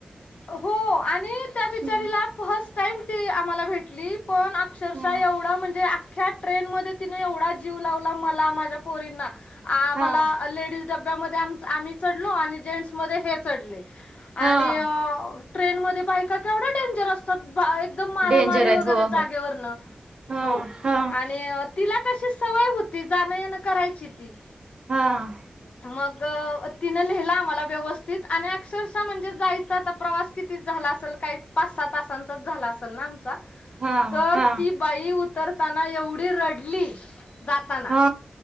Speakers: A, on the left; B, on the right.
A: हो, आणि त्या बिचारीला
B: हम्म
A: फर्स्ट टाईम ती आम्हाला भेटली पण अक्षरशः
B: हम्म
A: एवढा म्हण अख्या ट्रेन मध्ये तिनं एवढा जीव लावला, मला माझ्या पोरींना, आम्हाला
B: हा
A: लेडीज डब्यामध्ये आम आम्ही चढलो आणि जेंट्समध्ये हे चढले. आणि
B: हा
A: ट्रेनमध्ये बाई बायका केवढ्या डेंजर असतात, एकदम मारामारी
B: डेंजर आहेत
A: वगैरे
B: हो
A: जागेवरनं.
B: हो हा
A: हो,
B: हा
A: आणि तिला तशी सवय होती, जाणं याणं करायची ती.
B: हां.
A: मग तिनं नेलं आम्हाला व्यवस्थित, आणि अक्षरशः म्हणजे जायच आता प्रवास कितीक झाला असल, काही पाच सहा तासांचाच झाला असल ना आमचा.
B: हा
A: तर
B: हा
A: ती बाई उतरताना एवढी रडली, जाताना.
B: हा